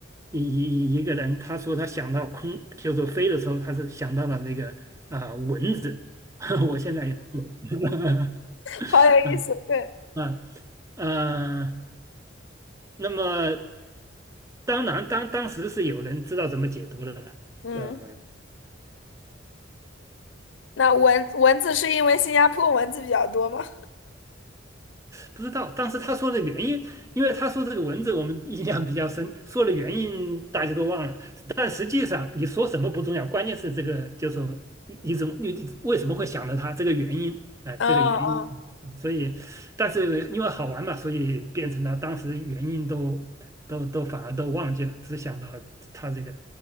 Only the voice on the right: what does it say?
一一一个人，他说他想到空，就是飞的时候，他是想到了那个啊、蚊子。<laughs> 我现在也是，<laughs>
啊
啊。呃，那么当然，当当时是有人知道怎么解读了的，
呃，
不知道。当时他说的原因，因为他说这个文字我们印象比较深，说的原因大家都忘了。但实际上你说什么不重要，关键是这个，就是说你你怎么你你为什么会想到他这个原因，哎、
这个原因。
嗯所以，但是因为好玩嘛，所以变成了当时原因都都都反而都忘记了，只想到他这个。